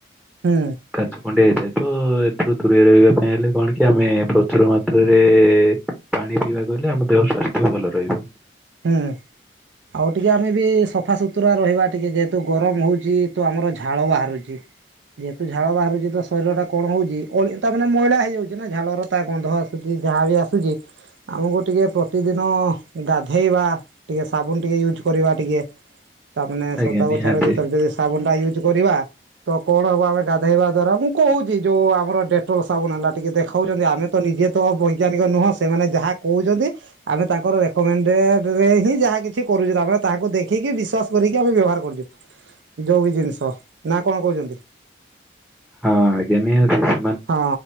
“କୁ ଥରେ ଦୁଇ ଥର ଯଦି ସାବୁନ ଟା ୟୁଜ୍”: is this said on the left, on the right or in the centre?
Right